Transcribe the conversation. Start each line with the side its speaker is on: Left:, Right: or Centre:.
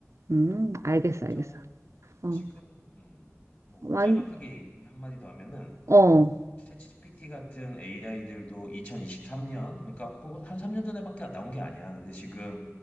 Right: 음, 알겠어,
Left: 맞아.
Right: 알겠어. 어,
Left: 지금, 음, 뭐,
Right: 완,
Left: 짤막하게 한마디 더 하면은,
Right: 어,
Left: 챗GPT 같은 AI들도 2023년, 그러니까 그거 한 3년 전에밖에 안 나온 게 아니야. 근데 지금